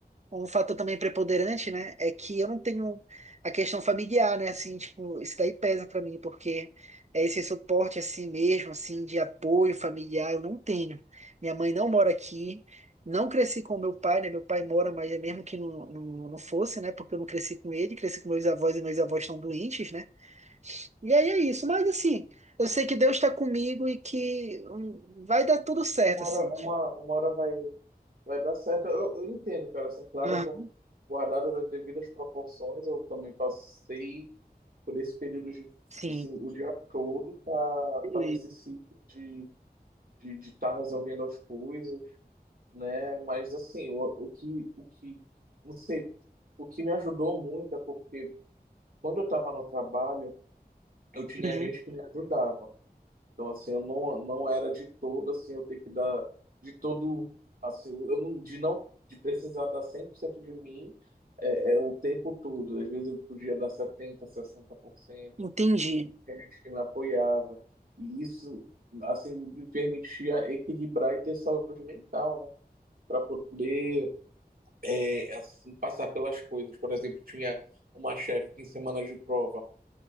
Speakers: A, on the right (about 45°); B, on the right (about 60°).
A: um fator também preponderante, né, é que eu não tenho a questão familiar, né, assim, tipo, isso daí pesa pra mim, porque é esse suporte assim mesmo, assim, de apoio familiar, eu não tenho. Minha mãe não mora aqui, não cresci com meu pai, né, meu pai mora, mas é mesmo que não, não, não fosse, né, porque eu não cresci com ele, cresci com meus avós e meus avós estão doentes, né, e aí é isso, mas assim, eu sei que Deus está comigo e que hum, vai dar tudo certo,
B: Uma
A: assim.
B: hora, uma, uma hora vai, vai dar certo. Eu, eu entendo, cara, assim, claro
A: Aham,
B: que eu, guardadas as devidas proporções, eu também passei por esse período de,
A: Sim,
B: assim, o dia todo tá,
A: beleza.
B: tá nesse ciclo de de estar resolvendo as coisas né? Mas assim, o, o que, o que, não sei, o que me ajudou muito é porque quando eu estava no trabalho, eu tinha
A: Uhum,
B: gente que me ajudava. Então assim, eu não, não era de todo assim, eu tenho que dar de todo assim, eu não de não de precisar dar 100% de mim é, é o tempo todo. Às vezes eu podia dar setenta sessenta por cento
A: Entendi.
B: tinha gente que me apoiava. E isso assim me permitia equilibrar e ter saúde mental, né? Para poder é, é assim, passar pelas coisas. Por exemplo, tinha uma chefe que em semana de prova